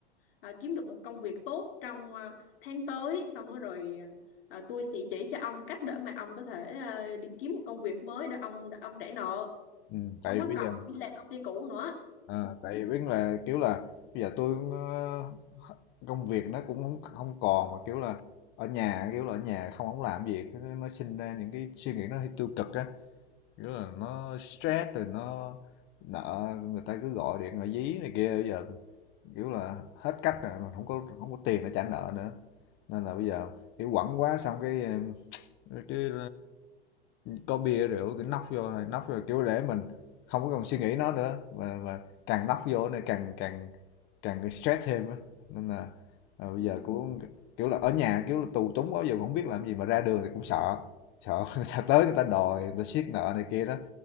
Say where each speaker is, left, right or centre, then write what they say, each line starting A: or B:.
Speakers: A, on the left; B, on the left.
A: à, kiếm được một công việc tốt trong à, tháng tới xong rồi, rồi à, tôi sẽ chỉ cho ông cách để mà ông có thể à, đi kiếm một công việc mới để ông để ông trả nợ
B: ừm,
A: không
B: tại
A: có
B: bây
A: cần
B: giờ
A: đi làm công ty cũ nữa
B: ờ, tại biết là, kiểu là, bây giờ tôi ơ, công việc nó cũng không hông còn mà, kiểu là, ở nhà, kiểu là, ở nhà không hổng làm việc cái nó sinh ra những cái suy nghĩ nó hơi tiêu cực á, kiểu là, nó stress rồi nó nợ người ta cứ gọi điện, gọi dí này kia. Bây giờ kiểu là hết cách rồi mà không có không có tiền để trả nợ nữa nên là bây giờ kiểu quẳng quá xong cái cái có bia rượu cứ nóc vô nóc vô kiểu để mình không có còn suy nghĩ nó nữa mà mà càng nóc vô này càng càng càng stress thêm á nên là à, bây
A: ừ.
B: giờ cũng kiểu là ở nhà kiểu là tù túng quá giờ cũng không biết làm gì mà ra đường thì cũng sợ sợ <laughs> người ta tới người ta đòi người ta siết nợ này kia đó